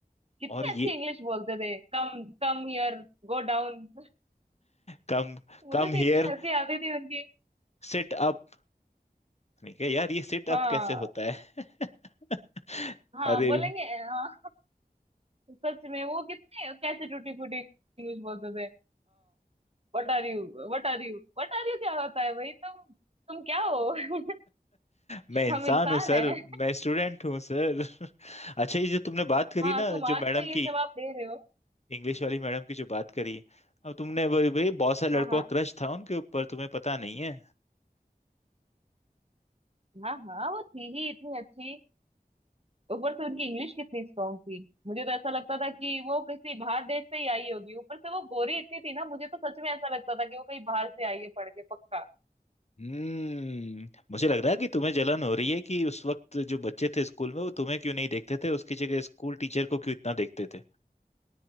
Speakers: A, on the right; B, on the left.
A: कितनी
B: और ये
A: अच्छी इंग्लिश बोलते थे Come come here go down <laughs>
B: come
A: मुझे
B: come
A: तो
B: here
A: इतनी हंसी आती थी उनकी
B: sit up ठीक है यार ये सिट अप
A: हाँ
B: कैसे होता है <laughs>
A: हाँ
B: अरे
A: बोलेंगे हाँ सच में वो कितने कैसे टूटी फूटी इंग्लिश बोलते थे What are you what are you what are you क्या होता है भाई तुम तुम क्या हो <laughs>
B: मैं इंसान
A: हम इंसान
B: हूँ सर
A: हैं
B: मैं स्टूडेंट हूँ सर <laughs> अच्छा ये जो तुमने बात करी
A: हाँ
B: ना
A: तुम आज
B: जो
A: तो
B: मैडम
A: ये
B: की
A: जवाब दे रहे हो
B: इंग्लिश वाली मैडम की जो बात करी अब तुमने वही वही बहुत सारे लड़कों
A: हाँ हाँ
B: का क्रश था उनके ऊपर तुम्हें पता नहीं है
A: हाँ हाँ वो थी ही इतनी अच्छी ऊपर से उनकी इंग्लिश कितनी स्ट्रांग थी मुझे तो ऐसा लगता था कि वो किसी बाहर देश से ही आई होगी ऊपर से वो गोरी इतनी थी ना मुझे तो सच में ऐसा लगता था कि वो कहीं बाहर से आई है पढ़ के पक्का
B: हम्म मुझे लग रहा है कि तुम्हें जलन हो रही है कि उस वक्त जो बच्चे थे स्कूल में वो तुम्हें क्यों नहीं देखते थे उसकी जगह स्कूल टीचर को क्यों इतना देखते थे